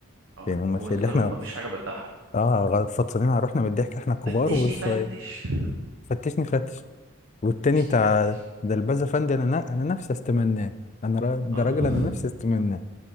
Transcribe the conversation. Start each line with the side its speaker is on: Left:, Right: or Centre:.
Right: اه
Left: يعني هم
Right: هو
Left: الشيء
Right: بالنسبه
Left: اللي احنا
Right: لهم ما فيش حاجه بتضحك
Left: اه غ- فطسانين على روحنا من الضحك احنا الكبار
Right: فتشني
Left: والصغير
Right: فتش
Left: فتشني فتش والتاني
Right: فتشني
Left: بتاع
Right: فتش
Left: ده البازا فندي انا ن- انا نفسي استمناه انا را... ده
Right: اه
Left: راجل انا
Right: <laughs>
Left: نفسي استمناه